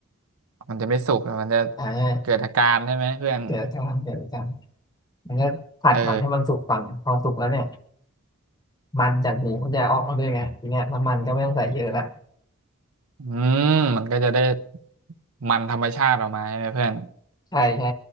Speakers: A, on the right; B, on the left.
A: มันจะไม่สุกแล้วมันจะ
B: อ่า
A: เกิดอาการใช่ไหมเพื่อน
B: เดี๋ยวจะทำเดี๋ยวจะทำมันก็ผัดก่อนให้มันสุกก่อนพอสุกแล้วเนี่ย
A: เออ
B: มันจากหมูมันจะออกมาด้วยไงทีเนี้ยน้ำมันก็ไม่ต้องใส่เยอะละ
A: อืมมันก็จะได้มันธรรมชาติออกมาใช่ไหมเพื่อน
B: ใช่ใช่